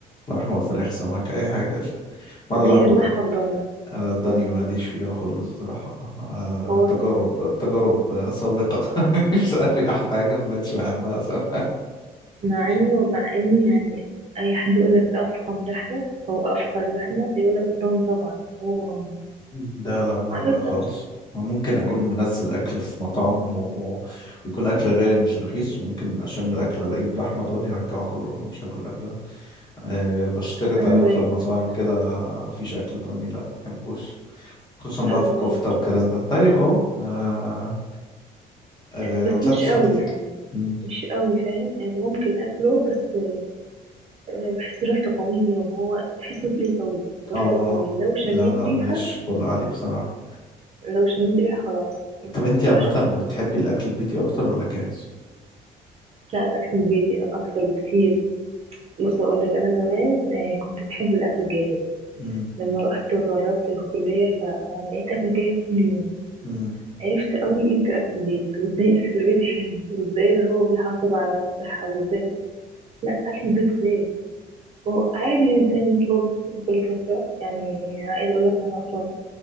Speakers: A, on the left; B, on the right.
A: لحمه فراخ سمك اي حاجه قشطه ما
B: غير
A: عدا اللحمه
B: اللحمة
A: الضاني
B: الضاني
A: انا الضاني
B: مم.
A: ماليش فيها خالص بصراحه آه
B: هو
A: تجارب تجارب آه، سابقه <laughs> مش اريح حاجه ما بقتش بحبها <laughs> صراحة.
B: مع انه مع انه يعني أي حد يقولك أفخم لحمة أو أفخر لحمة يقولك الضاني طبعا هو مغمض
A: لا لا لا
B: على
A: لا
B: فكرة
A: خالص أنا ممكن اكون
B: مم.
A: منزل اكل في مطعم و... ويكون اكل غالي مش رخيص وممكن اشم الاكل الاقيه بلحمه ضاني ارجعه كله ولا مش هاكل الاكل ده أه بشترط
B: أنا
A: عليهم
B: زيك
A: في المطاعم
B: على فكرة
A: كده مفيش اكل ضاني لا محبوش خصوصا بقى
B: أنا
A: في الكفتة
B: زيك برضه
A: والكلام ده طيب اهو آه آه
B: بس
A: ما طلعتش
B: مش قوي
A: لوحدك
B: يعني
A: مم.
B: مش قوي فاهم يعني ممكن أكله بس بحس ريحته قوية وهو بحسه تقيل قوي وريحته
A: اه
B: قوية لو شميت
A: لا لا
B: ريحة
A: ماليش خلق عالي بصراحة
B: لو شميت ريحة خلاص ما
A: طب انتي
B: اقدرش
A: عامة
B: اكله
A: بتحبي الأكل البيتي أكتر ولا جاهز؟
B: لا الاكل البيتي اكتر بكتير بص اقول لك انا زمان آه، كنت بحب الاكل الجاهز
A: مم.
B: لما رحت واتغربت في الكلية فبقيت اكل جاهز كل يوم
A: مم.
B: عرفت قوي امتى اكل البيت وازاي اكل البيت حلو وازاي اللي هو بيحافظ على الصحة وازاي لا اكل البيت غير هو عادي الانسان يطلب كل فترة يعني عايز اقول لك انا اصلا